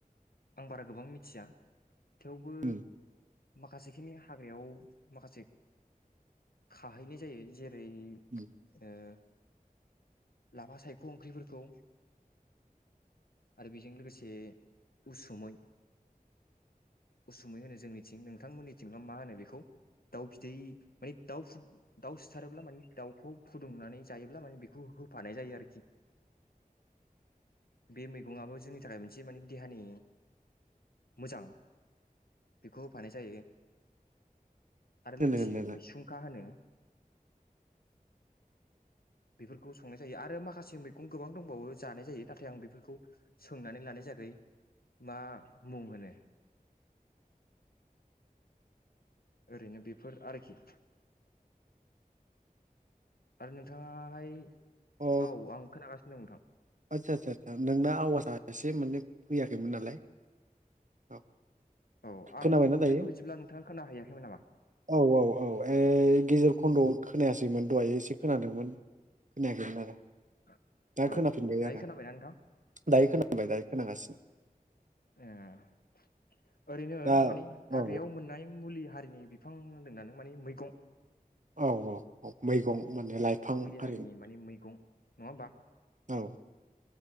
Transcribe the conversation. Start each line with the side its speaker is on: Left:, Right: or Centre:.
Left: आं बारा गोबां मिथिया थेवबो
Right: उम
Left: माखासेखिनि हाग्रायाव माखासे खाहैनाय जायो जेरै ओ
Right: उम
Left: लाफा सायख' ओंख्रिफोरखौ आरो बेजों लोगोसे उसुमै उसुमै होनो जोंनिथिं नोंथांमोननिथिंबा मा होनो बेखौ दाउ बिदै माने दाउ दाउ सिथारोब्ला माने दाउ खौ फुदुंनानै जायोब्ला मान बेखौ होफानाय जायो आरोखि बे मैगंआबो जोंनि थाखाय मोनसे माने देहानि मोजां बेखौ होफानाय जायो। आरो
Right: होनो
Left: लोगोसे
Right: होननायालाय
Left: मैसुंखा होनो बेफोरखौ संनाय जायो आरो माखासे मैगं गोबां दंबावो जानाय जायो नाथाय आं बेफोरखौ सोंनानै लानाय जायाखै मा मुं होनो? ओरैनो बेफोर आरोखि। आरो नोंथाङाहाय
Right: अ
Left: औ आं खोनागासिनो। नोंथां
Right: आदसा आदसा आदसा नोंना आवाजा एसे माने फैयाखैमोन नालाय औ
Left: औ आं
Right: खोनाबायना
Left: बुंनायखौ
Right: दायो
Left: बिदिब्ला नोंथाङा खोनाहैयाखैमोन नामा
Right: औ औ औ ए गेजेर खन्द'आव खोनायासैमोन दहाय एसे खोनादोंमोन खोनायाखैमोन आरो।
Left: औ
Right: दा खोनादों।
Left: दायो खोनाबायना नोंथां
Right: दायो खोनाबाय दायो खोनबाय। <unintelligible>
Left: <unintelligible> ओरैनो
Right: दा
Left: मानि हाग्रायाव
Right: औ
Left: मोननाय मुलि हारि नि बिफां होनदों माने मैगं
Right: औ औ औ मैगं माने लाइफां
Left: मुलि हारिनि
Right: आरो
Left: माने मैगं नङा होमबा
Right: औ।